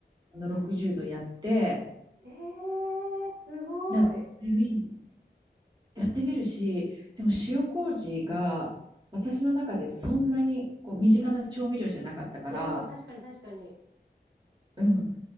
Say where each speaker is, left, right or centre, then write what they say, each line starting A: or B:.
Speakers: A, on the right; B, on the right.
A: あの60度やって、
B: ええー、すごい。
A: やってみる、やってみるし、でも塩麹が私の中でそんなにこう身近な調味料じゃなかったから、
B: うん、確かに確かに。
A: うん、